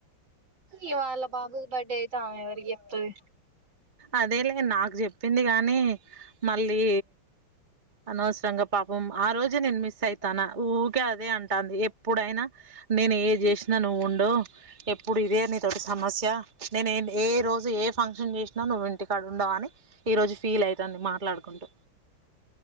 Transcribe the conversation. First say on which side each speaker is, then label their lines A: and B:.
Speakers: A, on the right (about 60°); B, on the right (about 20°).
A: ఈ వాళ్ళ బాబుది బర్డే అయితే ఆమె ఎవరికి చెప్తది.
B: అదే లే నాకు చెప్పింది కానీ మళ్ళీ అనవసరంగా పాపం ఆ రోజే నేను మిస్ అయితాన్న ఊకే అదే అంటాంది. ఎప్పుడైనా నేను ఏది చేసినా నువ్వు ఉండవు. ఎప్పుడు ఇదే నీతోటి సమస్యా నేను ఏ రోజు ఏ ఫంక్షన్ చేశి నా నువ్వు ఇంటికాడ ఉండవు అని ఈ రోజు ఫీల్ అయితాంది మాట్లాడుకుంటూ.